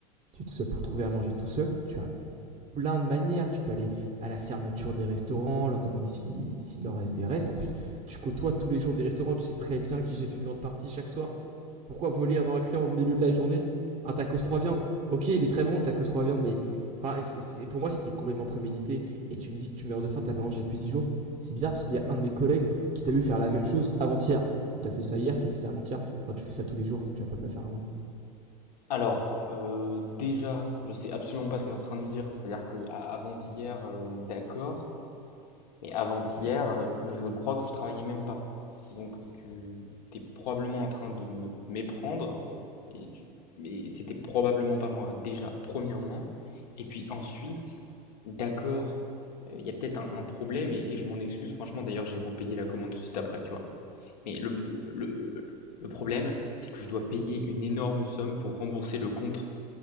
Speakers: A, on the right; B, on the left.
A: tu es tout seul pour trouver à manger tout seul, tu as plein de manières. Tu peux aller à la fermeture des restaurants, leur demander s'il si- s'il leur reste des restes. En plus, tu côtoies tous les jours des restaurants, tu sais très bien qu'ils jettent une grande partie chaque soir. Pourquoi voler un dans un client au milieu de la journée un tacos trois viandes? Ok, il est très bon le tacos trois viandes, mais enfin, c'est- pour moi, c'était complètement prémédité. Et tu me dis que tu meurs de faim, t'as pas mangé depuis 10 jours. C'est bizarre parce qu'il y a un de mes collègues qui t'a vu faire la même chose avant-hier. Donc, T'as fait ça hier, t'as fait ça avant-hier. Enfin, tu fais ça tous les jours, tu vas pas me la faire à moi.
B: Alors, euh, déjà, je sais absolument pas ce que tu es en train de dire. C'est-à-dire que avant-hier, euh, d'accord, Mais avant-hier, euh, je crois que je travaillais même pas. Donc tu es probablement en train de me méprendre et, tu- c'était probablement pas moi déjà premièrement et puis ensuite d'accord il euh, y a peut-être un, un problème et, et je m'en excuse franchement d'ailleurs j'ai repayé la commande tout de suite après tu vois mais le, le, le problème c'est que je dois payer une énorme somme pour rembourser le compte